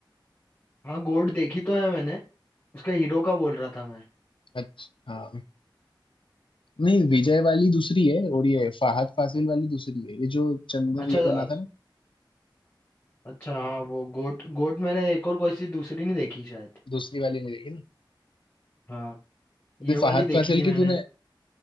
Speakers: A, on the left; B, on the left.
A: हाँ गोड देखी तो है मैंने उसका हीरो का बोल रहा था मैं
B: अच्छा हाँ नहीं विजय वाली दूसरी है और ये फहद फासिल वाली दूसरी है ये जो चंदन
A: अच्छा
B: ये बना
A: अ-
B: था ना
A: अच्छा हाँ वो गोट गोट मैंने एक और कोई सी दूसरी नहीं देखी शायद
B: दूसरी वाली नहीं देखी ना
A: हाँ ये
B: ये
A: वाली
B: फहद
A: देखी
B: फासिल
A: थी मैंने
B: की तूने